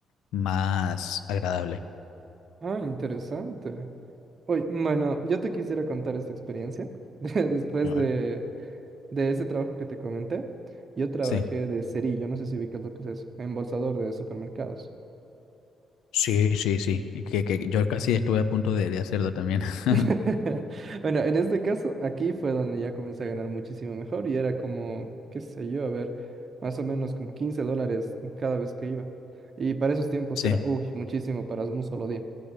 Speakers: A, on the left; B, on the right.
A: más agradable.
B: Ah, interesante. Oye, bueno, yo te quisiera contar esta experiencia. <laughs> De- Después
A: ¿no?
B: de, de ese trabajo que te comenté, yo trabajé
A: Sí.
B: de cerillo, no sé si ubicas lo que es eso, embolsador de supermercados.
A: Sí, sí, sí. Que, que yo casi estuve a punto de, de hacerlo también. <laughs>
B: <laughs> Bueno, en este caso, aquí fue donde ya comencé a ganar muchísimo mejor y era como, qué sé yo, a ver, más o menos como 15 dólares cada vez que iba. Y para esos tiempos
A: Sí.
B: era, uy, muchísimo para un solo día.